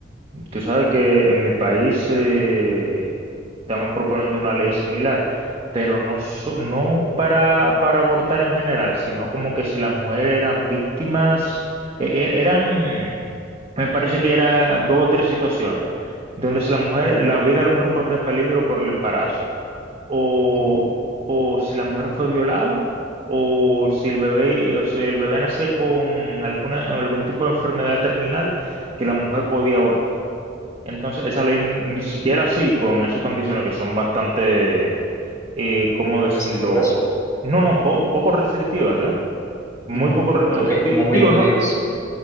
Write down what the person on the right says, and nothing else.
Tú sabes que en mi país eh, estaban proponiendo una ley similar, pero no, so- no para, para abortar en general, sino como que si las mujeres eran víctimas, e- e- eran, me parece que era dos o tres situaciones, donde si la mujer, la vida de la mujer corría peligro por el embarazo. o,
o si la mujer fue violada, o si el bebé, o si el bebé nacía con alguna, algún tipo de enfermedad terminal que la mujer podía abortar. Entonces, esa ley ni siquiera así, con esas condiciones que son bastante, eh, ¿cómo decirlo?
No, no, po- poco restrictivas, ¿eh? Muy
poco, re-
eh, di-
digo,
no,